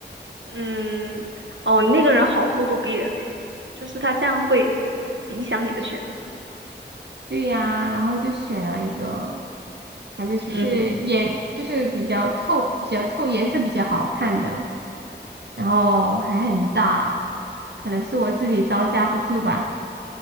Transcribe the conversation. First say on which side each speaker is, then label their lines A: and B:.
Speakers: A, on the right; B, on the right.
A: 嗯，哦，那个人好咄咄逼人嘞，就是他这样会影响你的选择。
B: 对呀，然后就选了一个，反正就是颜，
A: 嗯，
B: 就是比较透，比较透，颜色比较好看的，然后还很大，可能是我自己招架不住吧。